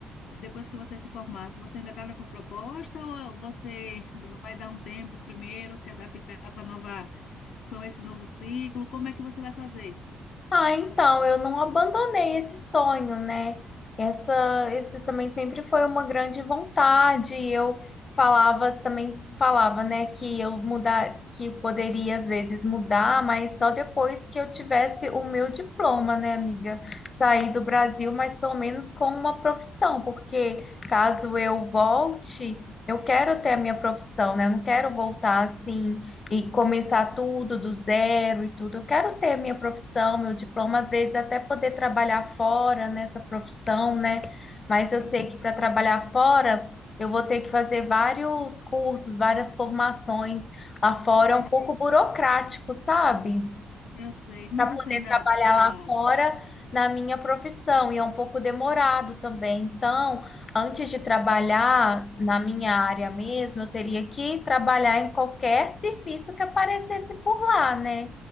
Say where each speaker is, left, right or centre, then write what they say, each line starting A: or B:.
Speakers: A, on the left (about 75°); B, on the left (about 35°).
A: depois que você se formasse, você ainda está nessa proposta ou você vai dar um tempo primeiro, se adaptar com a nova, com esse novo ciclo? Como é que você vai fazer?
B: Ah, então, eu não abandonei esse sonho, né? Essa, esse também sempre foi uma grande vontade. Eu falava também, falava, né, que eu mudar, que poderia às vezes mudar, mas só depois que eu tivesse o meu diploma, né, amiga? Sair do Brasil, mas pelo menos com uma profissão, porque caso eu volte, eu quero ter a minha profissão, né? Eu não quero voltar assim e começar tudo do zero e tudo. Eu quero ter minha profissão, meu diploma, às vezes até poder trabalhar fora nessa profissão, né? Mas eu
A: Isso,
B: sei que para trabalhar fora, eu vou ter que fazer vários cursos, várias formações. Lá fora
A: é,
B: é um pouco burocrático, sabe?
A: eu sei, mas
B: para
A: você
B: poder
A: ainda
B: trabalhar
A: está.
B: lá fora na minha profissão, e é um pouco demorado também. Então, antes de trabalhar na minha área mesmo, eu teria que trabalhar em qualquer serviço que aparecesse por lá, né?